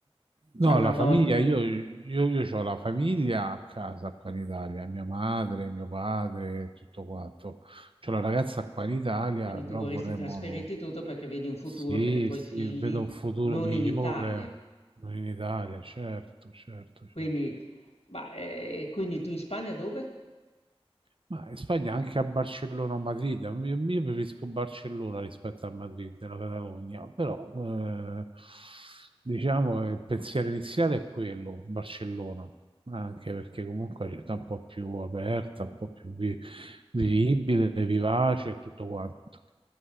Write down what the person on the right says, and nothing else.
No,
la
famiglia, io, io, io ho la famiglia a casa qua in Italia, mia madre, mio padre, tutto quanto. C'ho la ragazza qua in Italia,
però
vorremmo...
Sì,
sì,
vedo un futuro
migliore
in Italia, certo, certo, certo.
Ma in Spagna anche a Barcellona o Madrid, io, io preferisco Barcellona rispetto a Madrid, la Catalogna, però eh, diciamo eh, il pensiero iniziale è quello, Barcellona, anche perché comunque è una città un po' più aperta, un po' più vi- vivibile, vivace e tutto quanto.